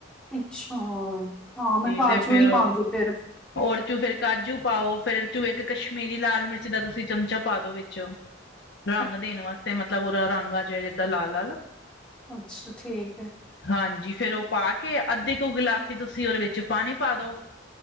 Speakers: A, in the centre; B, on the left.
A: ਅੱਛਾ ਹਾਂ ਮੈਂ ਕਾਜੂ
B: ਤੇ ਫੇਰ
A: ਨੀ
B: ਉਹ
A: ਪਾਉਂਦੀ ਫਿਰ
B: ਔਰ ਚੂ ਫੇਰ ਕਾਜੂ ਪਾਓ ਫੇਿਰ ਚੂ ਇੱਕ ਕਸ਼ਮੀਰੀ ਲਾਲ ਮਿਰਚ ਦਾ ਤੁਸੀਂ ਚਮਚਾ ਪਾ ਦੋ ਵਿੱਚੋਂ
A: <unintelligible>
B: ਰੰਗ ਦੇਣ ਵਾਸਤੇ ਮੱਤਲਬ ਉਹਰਾ ਰੰਗ ਆ ਜਾਏ ਜਿੱਦਾਂ ਲਾਲ ਲਾਲ
A: ਅੱਛਾ ਠੀਕ ਹੈ
B: ਹਾਂਜੀ ਫਿਰ ਉਹ ਪਾ ਕੇ ਅੱਧੇ ਕੁ ਗਿਲਾਸੀ ਤੁਸੀਂ ਉਹਦੇ ਵਿੱਚ ਪਾਣੀ ਪਾ ਦੋ